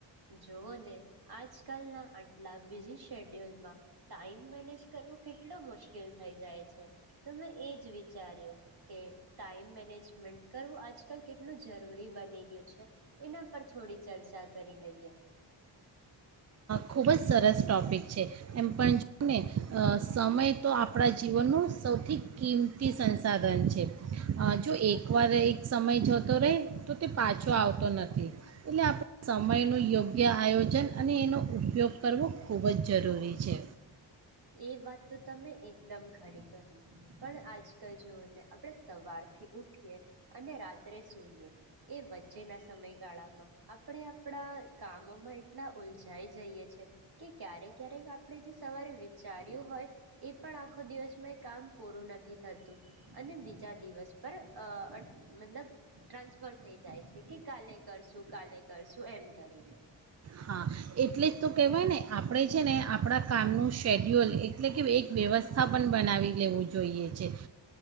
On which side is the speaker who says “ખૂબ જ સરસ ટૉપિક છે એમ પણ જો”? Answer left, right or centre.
Right